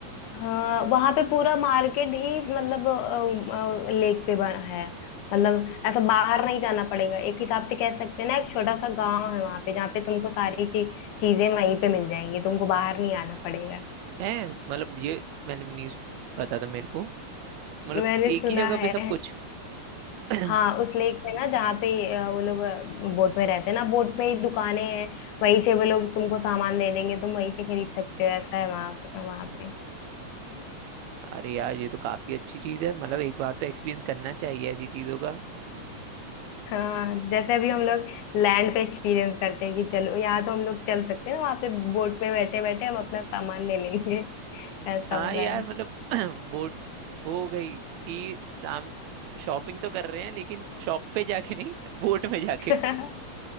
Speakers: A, on the left (about 85°); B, on the right (about 80°).
A: हाँ वहां पे पूरा मार्केट ही मतलब लेक पे बना है मतलब ऐसा बाहर नहीं जाना पड़ेगा एक हिसाब से कह सकते हैं ना एक छोटा सा गांव है वहां पे जहाँ पे तुमको सारी ची, चीजें वहीं पे मिल जाएंगी तुमको बाहर नहीं आना पड़ेगा
B: है मतलब ये मैंने नहीं सु- पता था मेरे को मतलब
A: मैंने
B: एक
A: सुना
B: ही जगह पे
A: है
B: सब कुछ <clears throat>
A: हाँ उस लेक पे ना जहाँ पे अ, वो लोग बोट में रहते हैं ना बोट पे ही दुकानें हैं वहीं से वो लोग तुमको सामान दे देंगे तुम वहीं से खरीद सकते हो ऐसा है वहां वहां पे
B: अरे यार ये तो काफी अच्छी चीज है मतलब एक बार तो एक्सपीरियंस करना चाहिए ऐसी चीजों का
A: हाँ जैसे अभी हम लोग लैंड पे एक्सपीरियंस करते हैं कि चलो यहाँ तो हम लोग चल सकते हैं ना, वहां पे बोट पे बैठे बैठे हम अपना सामान ले लेंगे <laughs> ऐसा
B: हाँ
A: वाला
B: यार
A: है
B: मतलब <clears throat> बोर्ड वो हो गई कि साम शॉपिंग तो कर रहे हैं लेकिन शॉप पे जाके नहीं बोट में जाके
A: <laughs>